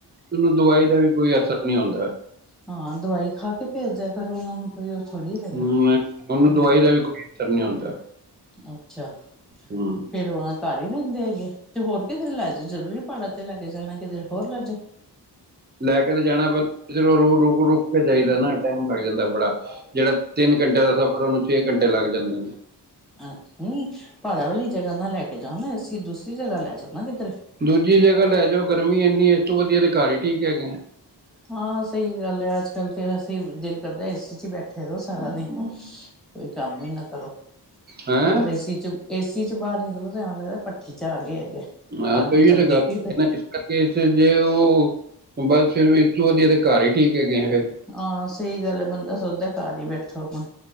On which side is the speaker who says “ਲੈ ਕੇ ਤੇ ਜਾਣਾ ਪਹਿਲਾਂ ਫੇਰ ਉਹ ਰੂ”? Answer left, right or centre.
Right